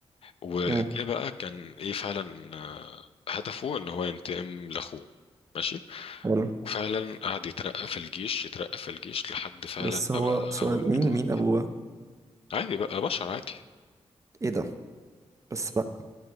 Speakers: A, on the left (about 60°); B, on the right (about 30°).
A: وجه
B: امم
A: بقى كان ايه فعلا آه، هدفه ان هو ينتقم لاخوه ماشي
B: حلو
A: وفعلا قعد يترقى في الجيش يترقى في الجيش لحد فعلا
B: بس هو
A: ما بقى
B: سؤال
A: هو القائد
B: مين مين ابوه بقى؟
A: عادي بقى بشر عادي
B: ايه ده بس بقى